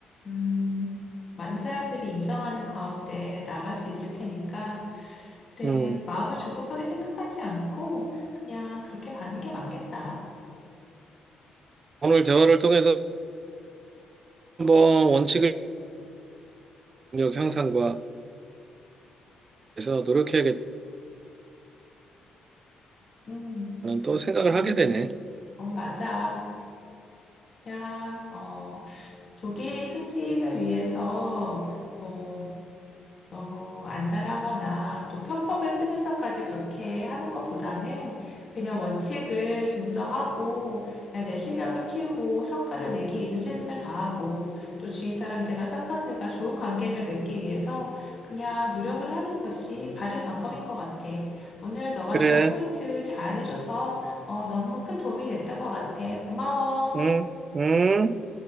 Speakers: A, on the left; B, on the right.
A: 음, 많은 사람들이 인정하는 가운데 나갈 수 있을 테니까 그래
B: 음.
A: 마음을 조급하게 생각하지 않고 그냥 그렇게 가는 게 맞겠다.
B: 오늘 대화를 통해서 한번 원칙을 능력 향상과 해서 노력해야겠다라는
A: 음,
B: 또 생각을
A: 음,
B: 하게 되네.
A: 어, 맞아. 그냥 어, 조기 승진을 위해서 뭐 너무 안달하거나 또 편법을 쓰면서까지 그렇게 하는 것보다는 그냥 원칙을 준수하고 그냥 내 실력을 키우고 성과를 내기 위해서 최선을 다하고 또 주위 사람들과 상사들과 좋은 관계를 맺기 위해서 그냥 노력을 하는 것이 바른 방법인 것 같아. 오늘 너가
B: 그래,
A: 좋은 포인트 잘 해줘서 어, 너무 큰 도움이 됐던 것 같아. 고마워.
B: 응, 응.